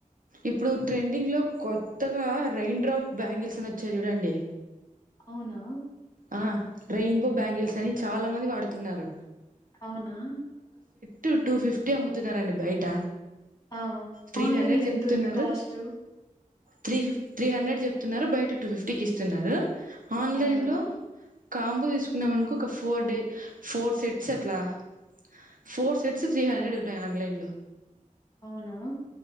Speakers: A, on the right; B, on the left.
A: ఇప్పుడు ట్రెండింగ్ లో కొత్తగా రైయిన్డ్రాప్ బ్యాంగిల్సని ఒచ్చాయి చూడండి.
B: అవునా. !
A: ఆ రెయిన్బో బ్యాంగిల్సని చాలా మంది వాడుతున్నారు.
B: అవునా. !
A: టూ, టూ ఫిఫ్టీ అమ్ముతున్నారండి బయిట.
B: ఆ!
A: త్రీ
B: ఆన్‌లైన్‌లో
A: హండ్రెడ్ చెప్తున్నారు.
B: ఎంతుంది కాస్టు?
A: త్రీ ఫిఫ్ త్రీ హండ్రెడ్ జెప్తున్నారు బయట టూ ఫిఫ్టీకిస్తున్నారు., ఆన్లైన్
B: అవునా?
A: లో. కాంబో దీసుకున్నామన్కో ఒక ఫోర్ డే, ఫోర్ సెట్స్ అట్లా. ! ఫోర్ సెట్సూ త్రీ హండ్రెడ్ ఉన్నాయి ఆన్లైన్లో.
B: అవునా. !